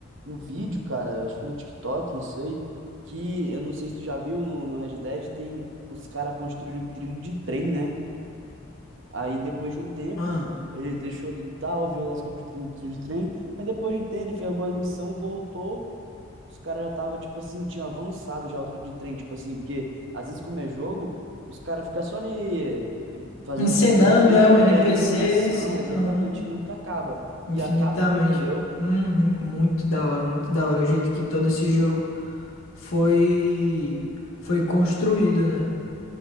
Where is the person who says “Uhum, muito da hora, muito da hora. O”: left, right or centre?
Left